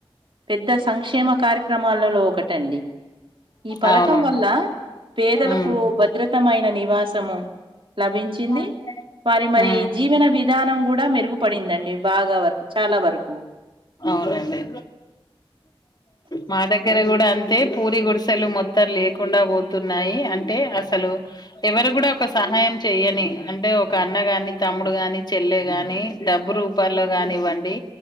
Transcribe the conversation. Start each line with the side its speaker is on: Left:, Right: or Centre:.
Right: పెద్ద సంక్షేమ కార్యక్రమాలలో ఒకటండి ఈ పథకం
Left: అవును
Right: వల్ల పేదలకు
Left: ఉమ్
Right: భద్రతమైన నివాసము లభించింది
Left: <unintelligible>
Right: వారి మరి
Left: ఉమ్
Right: జీవన విధానం కూడా మెరుగుపడిందండి బాగా వరకు చాలా వరకు
Left: అవునండి మా దగ్గర కూడా అ అతే పూరి గుడిసెలు మొత్తం లేకుండా పోతున్నాయి అంటే అసలు ఎవరు కూడా ఒక సహా సహాయం చెయ్యని అంటే ఒక అన్న ని తమ్ముడు గాని చెల్లె గాని డబ్బు రూపాల్లో గాని ఇవ్వండి